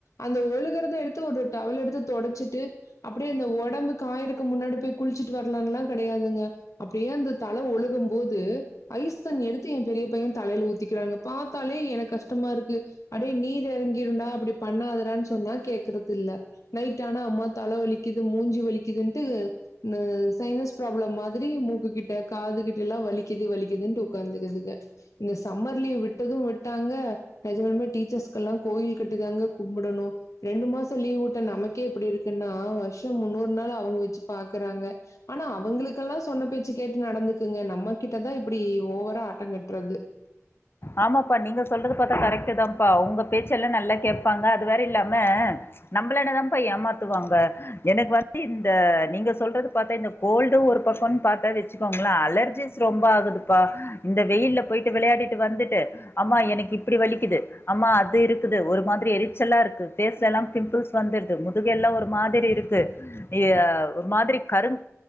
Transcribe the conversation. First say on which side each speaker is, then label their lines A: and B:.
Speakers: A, on the left; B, on the left.
A: அந்த ஒழுகிறத எடுத்து ஒரு டவல் எடுத்து தொடச்சிட்டு அப்டியே அந்த ஒடம்பு காயறக்கு முன்னாடி போயி குளிச்சுட்டு வர்லான்னுலா கெடையாதுங்க அப்டியே அந்த தல ஒழுகும் போது ஐஸ் தண்ணி எடுத்து எ பெரிய பைய தலைல ஊத்திக்கிறாங்க பாத்தாலே எனக்கு கஷ்டமா இருக்கு அடே நீர் எறங்கிருன்டா அப்டி பண்ணாதடான் சொன்னா கேக்குறதில்ல நைட் ஆனா அம்மா தல வலிக்குது மூஞ்சி வலிக்குதுன்ட்டு இந்த சைனஸ் ப்ராப்ளம் மாதிரி மூக்கு கிட்ட காது கிட்டலா வலிக்குது வலிக்குதுன்ட்டு ஒக்காந்துருதுங்க இந்த சம்மர் லீவு விட்டது விட்டாங்க நெஜமாலுமே டீச்சர்ஸ்க்கெல்லா கோயில் கட்டி தாங்க கும்புடணு ரெண்டு மாச லீவு விட்ட நமக்கே இப்டி இருக்குன்னா வர்ஷ முன்னூறு நாளு அவ்ங்க வச்சு பாக்குறாங்க ஆனா அவ்ங்களுக்கெல்லா சொன்ன பேச்சு கேட்டு நடந்துக்குங்க நம்ம கிட்டதா இப்டி ஓவரா ஆட்டங்கட்றது
B: ஆமாப்பா நீங்க சொல்றது பாத்தா கரெக்ட்டு தாம்ப்பா அவ்ங்க பேச்செல்லா நல்லா கேப்பாங்க அது வேற இல்லாம நம்பளனாதாம்ப்பா ஏமாத்துவாங்க எனக்கு வந்து இந்த நீங்க சொல்றது பாத்தா இந்த கோல்டு ஒரு பக்கம்னு பாத்தா வச்சுக்கோங்களே அலர்ஜிஸ் ஸ் ரொம்ப ஆகுதுப்பா இந்த வெயில்ல போயிட்டு வெளையாடிட்டு வந்துட்டு அம்மா எனக்கு இப்டி வலிக்குது அம்மா அது இருக்குது ஒரு மாதிரி எரிச்சல்லா இருக்கு ஃபேஸ்லலா பிம்பிள்ஸ் வந்துருது முதுகெல்லா ஒரு மாதிரி இருக்கு எ ஒரு மாதிரி கருங்